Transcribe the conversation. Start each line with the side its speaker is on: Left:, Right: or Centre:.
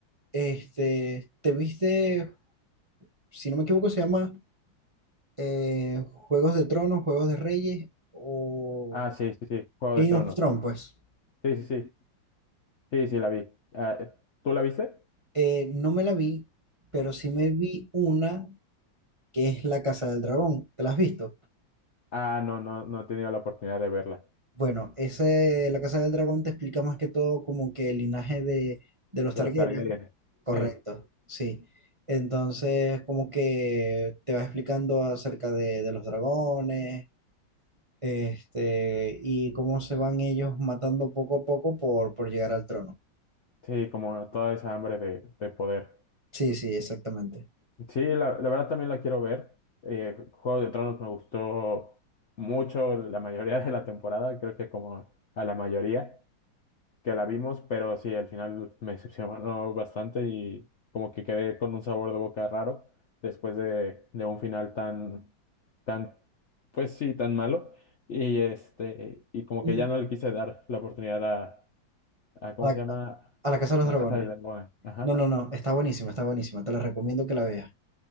Right: Este, ¿te viste, si no me equivoco, se llama eh, Juegos de Tronos, Juegos de Reyes o
Left: Ah, sí, sí, sí, Juego
Right: Game
Left: de Tronos.
Right: of Thrones, pues.
Left: Sí, sí, sí. Sí, sí, la vi. Ah, eh, ¿tú la viste?
Right: Eh, no me la vi, pero sí me
Left: Eh,
Right: vi una que es La Casa del Dragón. ¿Te la has visto?
Left: Ah, no, no, no he tenido la oportunidad de verla.
Right: Bueno, ese, La Casa del Dragón te explica más que todo como que el linaje de, de los Targaryen.
Left: De los Targaryen.
Right: Correcto,
Left: Sí,
Right: sí. Entonces, como que te va explicando acerca de, de los dragones, este, y cómo se van ellos matando poco a poco por, por llegar al trono.
Left: sí, como toda esa hambre de, de poder.
Right: Sí, sí, exactamente.
Left: Sí, la, la verdad también la quiero ver. Eh, Juego de Tronos me gustó mucho la mayoría de la temporada, creo que como a la mayoría. que la vimos, pero sí, al final me decepcionó bastante y como que quedé con un sabor de boca raro después de, de un final tan, tan, pues sí, tan malo. Y este, y como
Right: Y
Left: que ya no le quise dar la oportunidad a, a ¿cómo
Right: A,
Left: se llama?
Right: a la Casa
Left: A
Right: de los
Left: la
Right: Dragones.
Left: Casa del Dragón. Ajá.
Right: No, no, no, está buenísima, está buenísima. Te la recomiendo que la veas.